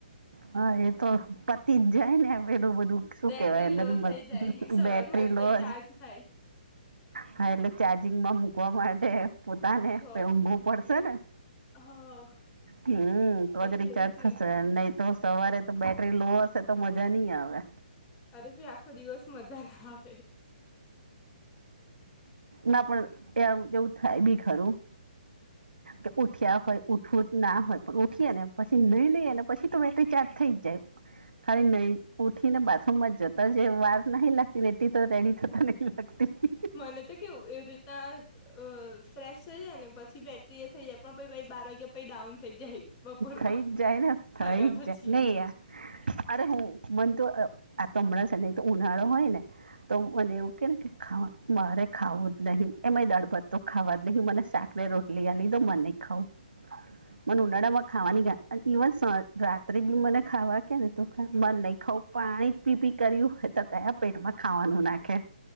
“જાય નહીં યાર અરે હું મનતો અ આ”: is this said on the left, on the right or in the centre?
Right